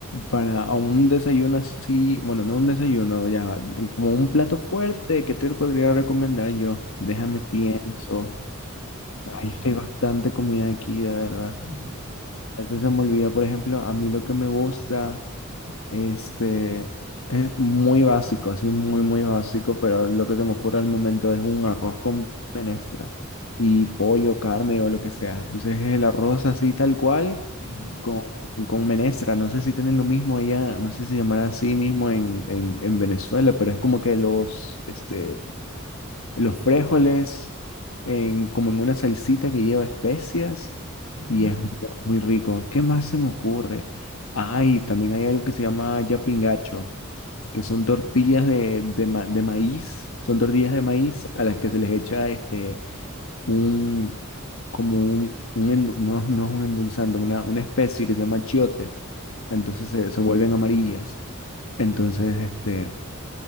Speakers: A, on the left; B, on the left.
A: para un desayuno así, bueno, no un desayuno, ya, como un plato fuerte, ¿qué te podría recomendar yo? Déjame pienso.
B: Ujú,
A: Ay, es que hay bastante comida aquí, de verdad.
B: ujú, <laughs>
A: Eso se me olvida, por ejemplo, a mí lo que me gusta, este, es muy básico, así muy, muy básico, pero lo que se me ocurre al momento es un arroz con menestra y pollo, carne o lo que sea. Entonces es el arroz así tal cual
B: Ujú,
A: con, con menestra. No sé si tienen lo mismo allá, no sé si llamará así mismo en, en, en Venezuela, pero es como que los, este, los frijoles en, como en una salsita que lleva especias
B: ujú.
A: y es mu- muy rico. ¿Qué más se me ocurre? Ay, también hay algo que se llama yapingacho, que son tortillas de, de, ma- de maíz, son tortillas de maíz a las que se les echa este, un, como un, un endu- no, no es un endulzante, una, una especie que se llama chiote, entonces se, se vuelven amarillas. Entonces, este,